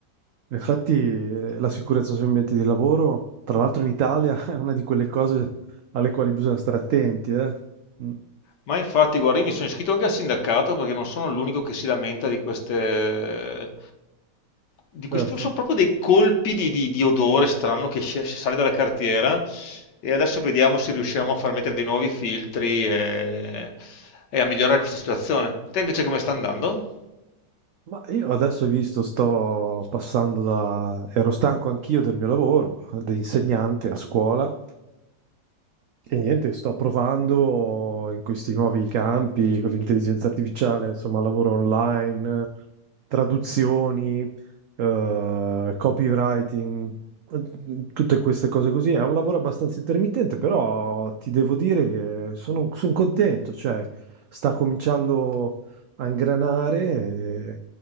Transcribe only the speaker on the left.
Ma infatti, guarda, io mi sono iscritto anche al sindacato perché non sono l'unico che si lamenta di queste... di
questi... Sono proprio dei colpi di, di- di odore strano che sce- sale dalla cartiera e adesso vediamo se riusciamo a far mettere dei nuovi filtri e, e a migliorare questa situazione. Te invece come sta andando?